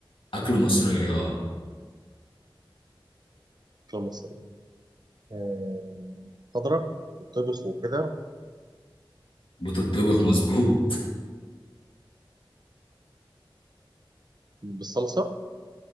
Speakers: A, on the left; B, on the right.
A: اكلة مصرية اه
B: لا مصرية آه، خضرة تطبخ وكده
A: بتطبخ مظبوط
B: بالصلصة